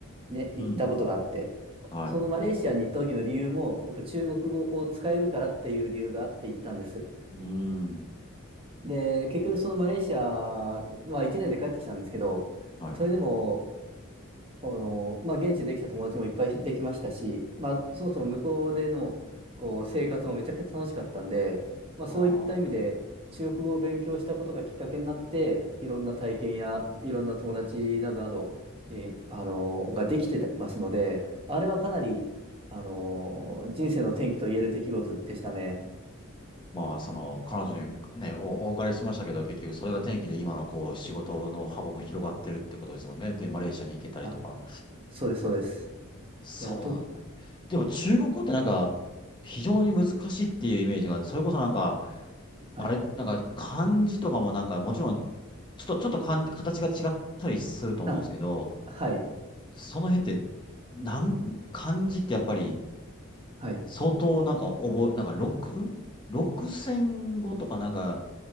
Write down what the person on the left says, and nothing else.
うん。はい。
うーん。
はい。
ああ。
まあ、その、彼女にね、お、お別れしましたけど、結局それが転機で今のこう、仕事の幅も広がってるってことですもんね。で、マレーシアに行けたりとか。
そうなんで
でも中国語ってなんか、非常に難しいっていうイメージが、それこそなんか、
あれ、なんか漢字とかもなんか、もちろん、ちょっと、ちょっと漢字形が違ったりすると思うんですけど、
その辺って、なん、漢字ってやっぱり、
相当なんか覚え、なんか六、六千語とかなんか、